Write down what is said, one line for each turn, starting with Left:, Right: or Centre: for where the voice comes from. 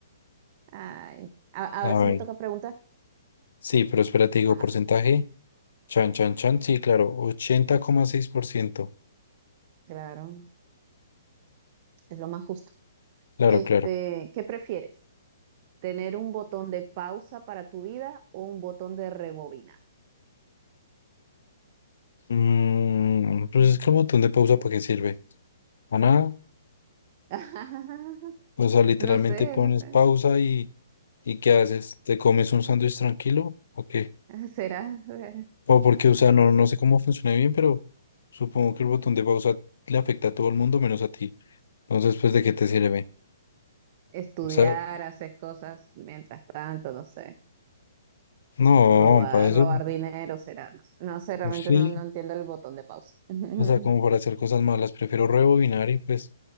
Right: Ay. A-
Left: A
Right: Ahora sí
Left: ver.
Right: me toca preguntar.
Left: Sí, pero espérate, digo,
Right: Ajá,
Left: porcentaje. Chan, chan, chan. Sí, claro. ochenta coma seis por ciento.
Right: claro, es lo más justo.
Left: Claro,
Right: Este,
Left: claro.
Right: ¿qué prefieres? tener un botón de pausa para tu vida o un botón de rebobinar.
Left: Mm, pues es que el botón de pausa, ¿para qué sirve? A nada.
Right: <laughs>
Left: O sea, literalmente
Right: No sé,
Left: pones
Right: no sé.
Left: pausa y, ¿y qué haces? ¿Te comes un sándwich tranquilo? Ok.
Right: <laughs> Será, será.
Left: O porque, o sea, no, no sé cómo funciona bien, pero supongo que el botón de pausa le afecta a todo el mundo menos a ti. Entonces, pues, ¿de qué te sirve?
Right: Estudiar,
Left: O sea,
Right: hacer cosas mientras tanto, no sé.
Left: no,
Right: Robar,
Left: para eso,
Right: robar dinero será, no sé. No sé, realmente
Left: pues, sí.
Right: no, no entiendo el botón de pausa. <laughs>
Left: O sea, como para hacer cosas malas, prefiero rebobinar y pues